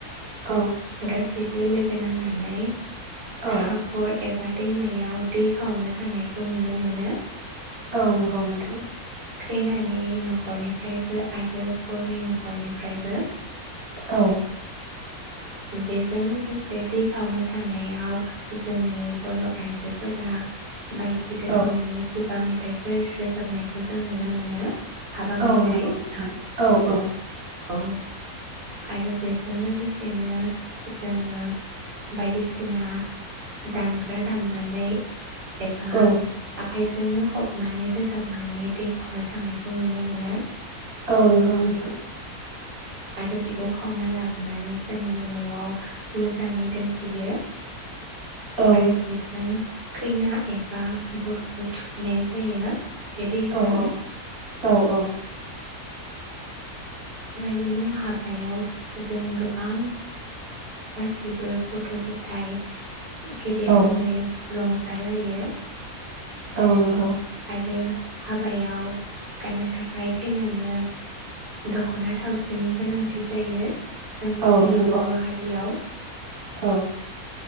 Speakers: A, on the right (about 70°); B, on the right (about 40°).
A: औ।
B: गासैबो लोगो नांनानै
A: औ
B: हाखर एबा दैमायाव दै खावनो थांनायखौ नुनो मोनो।
A: औ नंगौ नोंथां।
B: खैनानि न न'खरनिफ्रायबो आरो बरनि नख नखरनिफ्रायबो
A: औ।
B: बेजों लोगोसे दै खावनो थांनायाव जोंनि बर' आइजोफोरा बायदि रोखोमनि
A: औ
B: खुगा मेथाइ मेथाइफोर रोजाबनायखौ जों नुनो मोनो। हाबा
A: औ
B: मेथाइ
A: नंगौ नोंथां औ-औ।
B: औ आरो बेजों लोगोसे बिदिनो जोङो बायदिसिना दामग्रा दामनानै एबा
A: औ
B: आखाइजोंनो खबनानै रोजाबनानै दैखावनो थांनायखौ नुनो मोनो।
A: औ नंगौ नोंथां।
B: आरो बेखौ खावना लाबोनानै जोङो न'आव मोजाङै दोनफैयो।
A: औ
B: आरो बेजों खैना एबा बरखौ थुखैनाय जायो। बे दैजों
A: औ औ औ औ।
B: बिदिनो हाबायाव जों गोबां गासैबो गथ' ग'थाइ गेदेर
A: औ
B: उन्दै रंजालायो
A: औ नंगौ
B: आरो हाबायाव गाननो थाखाय खैनानो दख'ना थावसिनि गोनांथि जायो। जोंनि
A: औ नंगौ
B: बर' हारियाव
A: औ